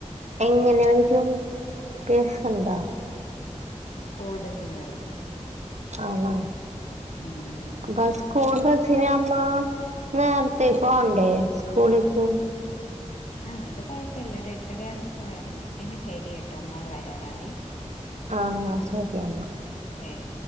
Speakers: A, on the right (about 70°); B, on the left (about 75°).
A: എങ്ങനെ വരും ബസ്- ഉണ്ടോ
B: സ്കൂൾ ബസ്സിന് വരും
A: ആണോ
B: ഉം
A: ബസ് സ്കൂൾ ബസ് <unintelligible> തി പോണ്ടേ സ്കൂളി പോവും
B: ആ അതു കുഴപ്പമില്ല ഒരു എട്ടര ആകുമ്പോ പോയാൽ മതി പിന്നെ ശരി കേട്ടോ മോള് വരാറായെ
A: ആ എന്നാ ശരി എന്നാ
B: ഏയ്